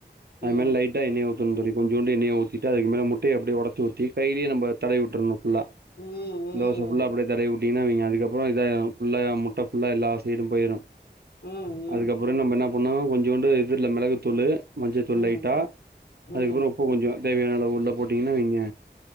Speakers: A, on the right; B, on the left.
A: அய்
B: ம்
A: மேல லைட்டா எண்ணெய ஊத்தணு தோழி கொஞ்சோண்டு எண்ணய ஊத்திட்டு அதுக்கு மேல முட்டைய அப்டியே ஒடச்சு ஊத் தி கைலயே நம்ப தடவி விட்ரணு ஃபுல்லா
B: ம் ம்
A: தோச ஃபுல்லா அப்டியே தடவி உட்டீங்னா அவிங்க அதுக்கப்றொ இதாய்ரு ஃபுல்லா முட்ட ஃபுல்லா எல்லா சைடு போய்ரு
B: ம்
A: அதுக்கப்றொ நம்ப என்னா பண்ணு கொஞ்சோண்டு இதுல மெளகுத்தூளு மஞ்சதூள்
B: ம்
A: லைட்டா
B: ம் ம்
A: அதுக்கப்றொ உப்பு கொஞ்சொ தேவையானளவு உள்ள போட்டீங்னா இவிங்க